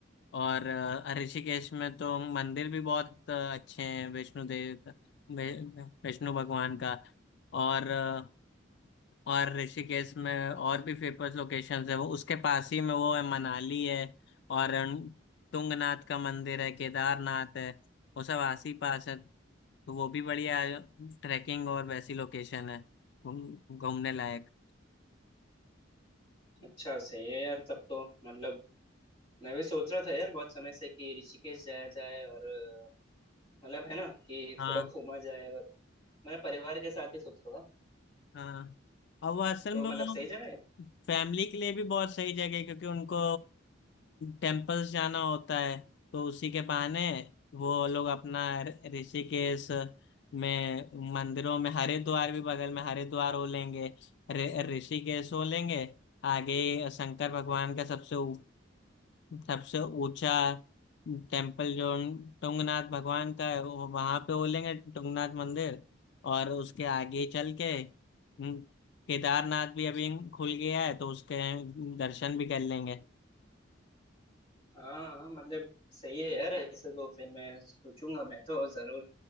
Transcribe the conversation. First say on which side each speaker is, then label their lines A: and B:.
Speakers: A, on the left; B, on the left.
A: और अ, ऋषिकेश में तो मंदिर भी बहुत अ, अच्छे हैं वैष्णो देव का- वै- वैष्णो भगवान का और अ, और ऋषिकेश में और भी फेमस लोकेशंस है वो उसके पास ही में वो है मनाली है और तुंगनाथ का मंदिर है केदारनाथ है वो सब आस ही पास है तो वो भी बढ़िया ट्रैकिंग और वैसी लोकेशन है घूम- घूमने लायक
B: अच्छा सही है यार तब तो मतलब मैं भी सोच रहा था यार बहुत समय से कि ऋषिकेश जाया जाए और अ, मतलब है ना कि
A: हाँ
B: थोड़ा घूमा जाए और मैं परिवार के साथ ही सोच रहा था
A: हाँ और वो असल
B: तो
A: में
B: मतलब
A: वो
B: सही जगह है
A: फैमिली के लिए भी बहुत सही जगह है क्योंकि उनको टेम्पल्स जाना होता है तो उसी के बहाने वो लोग अपना ऋषिकेश में मंदिरों में हरिद्वार भी बगल में हरिद्वार हो लेंगे रि- ऋषिकेश हो लेंगे आगे शंकर भगवान का सबसे ऊ- सबसे ऊंचा टेम्पल जो टुंगनाथ भगवान का है वहां पे हो लेंगे टुंगनाथ मंदिर और उसके आगे चल के केदारनाथ भी अभी खुल गया है तो उसके दर्शन भी कर लेंगे
B: हाँ हाँ, मतलब सही है यार ऐसे तो फिर मैं सोचूंगा मैं तो जरूर